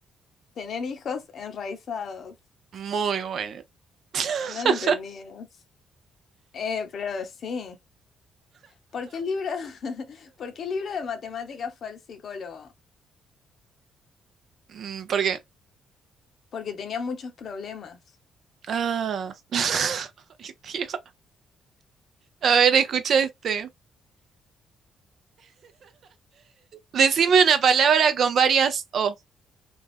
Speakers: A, on the left (about 55°); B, on the right (about 60°).
A: Tener hijos enraizados.
B: Muy bueno.
A: No
B: <laughs>
A: lo entendí. eso. Eh, pero sí. ¿Por qué el libro, <laughs> ¿por qué el libro de matemáticas fue al psicólogo?
B: Mm, Porque.
A: Porque tenía muchos problemas.
B: Ah. <laughs> Ay, Dios. A ver, escucha este. Decime una palabra con varias O.